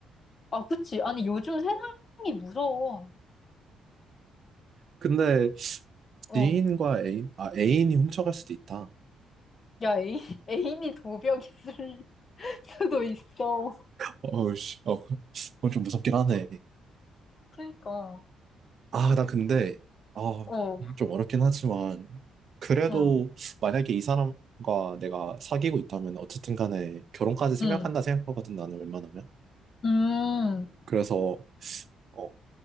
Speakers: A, on the left; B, on the right.
A: 아, 그치. 아니, 요즘 세상이 무서워.
B: 근데
A: 어.
B: 지인과 애인, 아, 애인이 훔쳐갈 수도 있다.
A: 야, 애인, 애인이 도벽 있을 <laughs> 수도 있어.
B: 어우, 씨, 어, 그- 그건 좀 무섭긴 하네.
A: 그러니까,
B: 아, 나 근데, 아,
A: 어,
B: 좀 어렵긴 하지만, 그래도
A: 응,
B: 만약에 이 사람과 내가 사귀고 있다면 어쨌든 간에 결혼까지 생각한다
A: 응,
B: 생각하거든, 나는 웬만하면.
A: 음,
B: 그래서, 어,